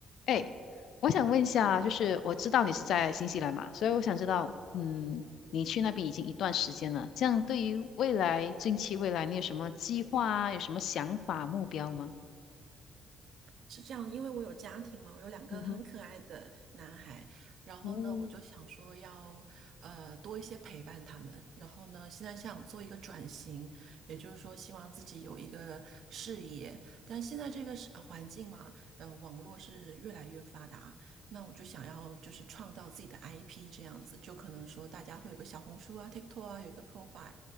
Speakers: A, on the left; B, on the right.
A: 哎，我想问一下，就是我知道你是在新西兰嘛，所以我想知道，嗯，你去那边已经一段时间了，这样对于未来，近期未来，你有什么计划啊？有什么想法、目标吗？
B: 是这样的因为我有家庭嘛，我有两个很可爱的男孩，
A: 嗯哼，
B: 然后呢，
A: 嗯
B: 我就想说要呃多一些陪伴他们，然后呢，现在想做一个转型，也就是说希望自己有一个事业，但现在这个是呃环境嘛，呃，网络是越来越发达，那我就想要就是创造自己的 IP 这样子，就可能说大家会有个小红书啊、TikTok 啊，有一个 profile，